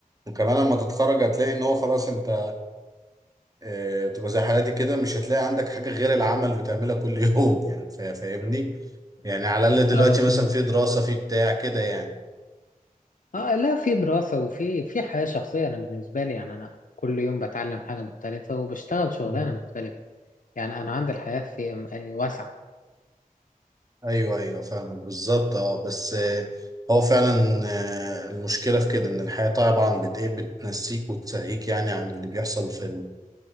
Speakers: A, on the right; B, on the left.
A: وكمان لما تتخرج هتلاقي ان هو خلاص انت آه، تبقى زي حالاتي كده مش هتلاقي عندك حاجة غير العمل بتعملها كل <laughs> يوم يعني فا- فاهمني يعني على الأقل دلوقتي
B: اه
A: مثلا
B: في-
A: في دراسة في بتاع كده يعني
B: آه، لا في دراسة وفي في حياة شخصية أنا بالنسبة لي يعني أنا كل يوم بتعلم حاجة مختلفة وبشتغل شغلانة
A: مم.
B: مختلفة يعني أنا عندي الحياة في أم- آه، واسعة
A: أيوه أيوه فاهمك بالظبط أه بس آه، هو فعلا آه، المشكلة في كده إن الحياة طبعا بت إيه بتنسيك وتسهيك يعني عن اللي بيحصل في